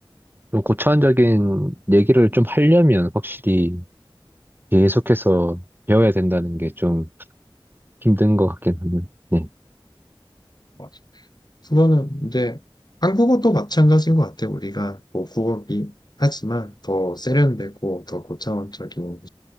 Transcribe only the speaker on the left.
맞 국어는 이제 한국어도 마찬가지인 것 같아요. 우리가 뭐 국어기 하지만 더 세련되고 더 고차원적인